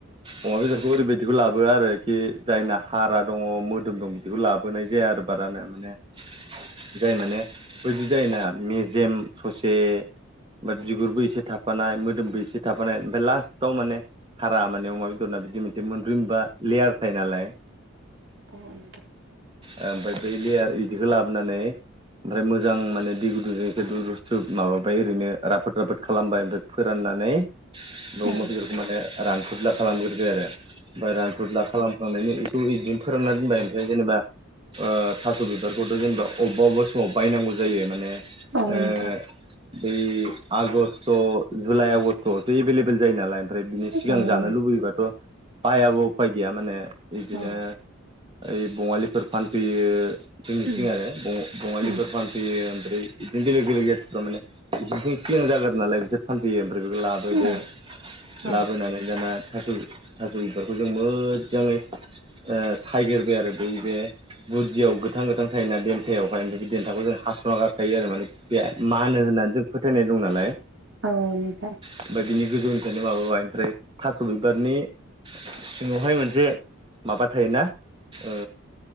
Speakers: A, on the right (about 25°); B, on the right (about 65°).
A: अमा बेदरखौ ओरैबायदिखौ लाबोआ आरोखि जायना हारा दङ मोदोम दं। बेखौ लाबोनाय जाया आरो बारानो माने जाय माने बैदि जायोना मेजेम ससे ओमफ्राय बिगुरबो एसे थाफानाय मोदोमबो एसे थाफानाय ओमफ्राय लास्टाव माने हारा माने अमा बेदरना बिदि मोनसे मोनब्रै मोनबा लेयार थायो नालाय।
B: औ नोंथां
A: ओ ओमफ्राय बै लियार बिदिखौ लाबोनानै ओमफ्राय मोजां माने दै गुदुंजों एसे दै लुस्रोबाय माबाबाय ओरैनो राफोद राफोद खालामबाय ओमफ्राय फोराननानै ओमफ्राय
B: औ
A: अमा बेदरखौ माने रानफुदला खालामग्रोबाय आरो ओमफ्राय रानफुदला खालाम खांनायनि बेखौ बिदिनो फोरानना दोनबाय ओमफ्राय जेनेबा ओ थास' बिबारखौथ' जेनेबा अबेबा अबेबा समाव बायनांगौ जायो माने
B: औ
A: ओ
B: नोंथां
A: बै आगष्ट जुलाइ आगष्टआवसो एभेलेबल जायो नालाय। ओमफ्राय बिनि सिगां
B: औ
A: जानो
B: औ
A: लुबैयोबाथ' बायाबा उफाय गैया माने बिदिनो
B: औ
A: ओइ बङालिफोर फानफैयो जोंनिथिं
B: उम
A: आरो बङालिफोर
B: उम
A: फान फैयो ओमफ्राय बिदिनो बेलेक बेलेक जाथिफोरा माने बिसोरजों एसे सिना जाना नालाय बिसोरो फानफैयो आरो आमफ्राय बेखौ लाब लाबोदो
B: औ औ
A: लाबोनानै दाना थास' थास'बिबारखौ जों मोजाङै ओ सायग्रोबाय आरो बै बे गुदियाव गोथां गोथां थायोना देन्थायावहाय देन्थाखौ जों हास'ना गारखायो आरो माने। बिराद मानो होननानै जों फोथायनाय दं नालाय।
B: औ नोंथां।
A: ओमफ्राय बिनि गोजौनिफ्रायनो माबाबाय ओमफ्राय थास' बिबारनि सिङावहाय मोनसे माबा थायोना ओ